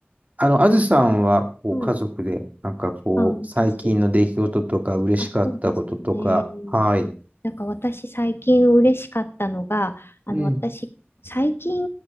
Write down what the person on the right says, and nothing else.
あの、あずさんは、こう、
家族で、なんかこう、
最近の出来事とか、
嬉しかったこととか、
はい。
うん。